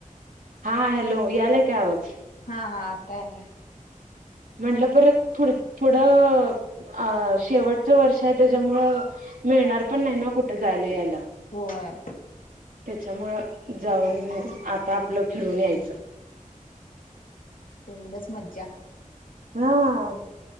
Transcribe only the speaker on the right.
हा हॅलो! यालाय काय आवाज?
म्हटलं परत पु पुढं अ शेवटचं वर्ष आहे त्याच्यामुळं मिळणार पण नाही ना कुठं जायला यायला.
त्याच्यामुळं जाऊन आता आपलं फिरून यायचं.
हा,